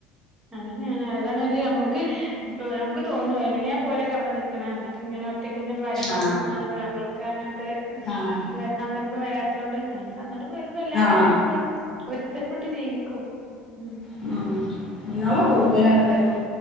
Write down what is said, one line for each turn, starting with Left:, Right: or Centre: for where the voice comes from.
Right: അങ്ങനെയാണ് അതാണ് നമ്മുക്ക് ഇപ്പോ നമുക്ക് തോന്നുവ ഇങ്ങനെയാ പോലൊക്കെ അവിടെ നിക്കണേ ഇങ്ങനെ ഒറ്റക്കെ ഇങ്ങനെ ഭാര്യമാര്
Left: ആഹ്
Right: നിക്കണ കാണുമ്പളെ നമ്മൾക്ക് അങ്ങനത്തെ
Left: ആഹ്
Right: ഇവ സന്ദർഭം വരാെ അണ്ട്ണ്ട് വരുമ്പോ എല്ലാരും
Left: ആഹ്
Right: അതിനെക്കൊണ്ട് വര്ത്ത് ട്ട് ജീവിക്കും ഉം
Left: ഉ പിള പോ അാണ് <unintelligible>